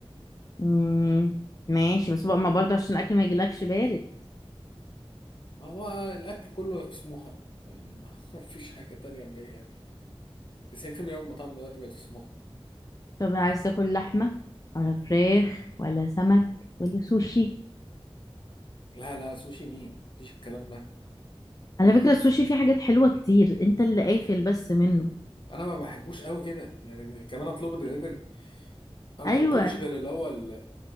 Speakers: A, on the left; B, on the left.
A: امم ماشي بس بقى ما برضه عشان الاكل ما يجيلكش بارد
B: ما هو الاكل كله في سموحة يعني ما <laughs> ما فيش حاجة تانية بقى يعني 90% من المطاعم دلوقتي بقت في سموحة
A: طب عايز تاكل لحمة ولا فراخ ولا سمك ولا سوشي
B: لا لا سوشي مين مفيش الكلام ده
A: على فكرة السوشي فيه حاجات حلوة كتير انت اللي قافل بس منه
B: انا ما بحبوش قوي كده يعني كمان اطلبه دليفري انا ما
A: ايوه
B: باكلش غير الاول